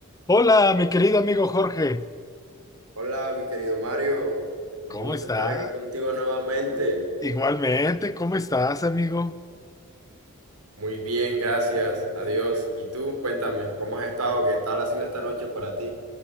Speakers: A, on the left; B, on the right.
A: Hola, mi querido amigo Jorge.
B: Hola, mi querido Mario. Un
A: ¿Cómo
B: gusto
A: está?
B: estar aquí contigo nuevamente.
A: Igualmente, ¿cómo estás, amigo?
B: Muy bien, gracias. Adiós. ¿Y tú? Cuéntame, ¿cómo has estado? ¿Qué tal ha sido esta noche para ti?